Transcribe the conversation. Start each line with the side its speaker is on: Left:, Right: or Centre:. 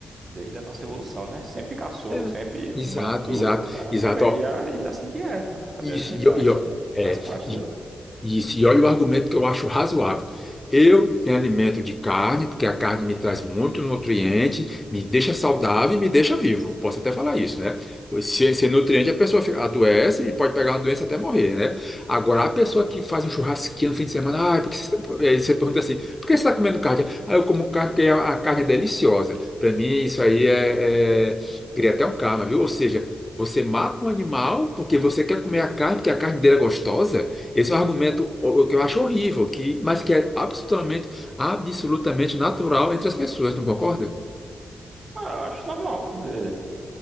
Right: desde a nossa evolução, né? Sempre caçou,
Left: É.
Right: sempre matou
Left: Exato, exato,
Right: pra
Left: exato.
Right: comer
Left: Ó,
Right: e, é, e é assim que é. A cadeia
Left: isso,
Right: alimentar,
Left: e, ó,
Right: a
Left: e,
Right: gente,
Left: ó,
Right: a gente
Left: é,
Right: faz parte
Left: e
Right: dela.
Left: Isso, e olha o argumento que eu acho razoável. Eu me alimento de carne, porque a carne me traz muito nutriente, me deixa saudável e me deixa vivo. Posso até falar isso, né? Sem, sem nutriente, a pessoa fica- adoece e pode pegar uma doença até morrer, né? Agora, a pessoa que faz um churrasquinho no fim de semana, ah, porque você, tá-" aí você pergunta assim, por que você está comendo carne? Ah, eu como carne porque a, a carne é deliciosa. Para mim, isso aí é, é... Cria até um karma, viu? Ou seja, você mata um animal porque você quer comer a carne, porque a carne dele é gostosa. Esse é um argumento o- que eu acho horrível, que, mas que é absolutamente, absolutamente natural entre as pessoas, não concorda?
Right: Mas eu acho normal, porque